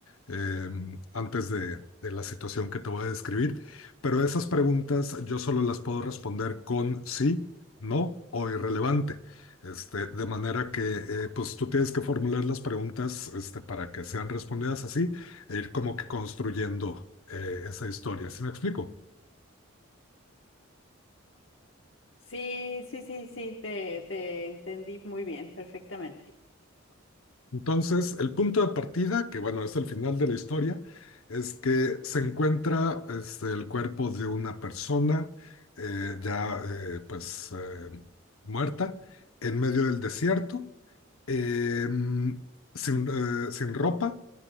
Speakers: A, on the left; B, on the left.
A: eh, antes de, de la situación que te voy a describir. Pero esas preguntas yo solo las puedo responder con sí, no o irrelevante. Este, de manera que eh, pues tú tienes que formular las preguntas este, para que sean respondidas así e ir como que construyendo eh, esa historia. ¿Sí me explico?
B: sí, sí, sí, sí, te, te entendí muy bien, perfectamente.
A: Entonces, el punto de partida, que bueno, es el final de la historia, es que se encuentra este, el cuerpo de una persona eh, ya eh, pues eh, muerta en medio del desierto, eh, sin, eh, sin ropa,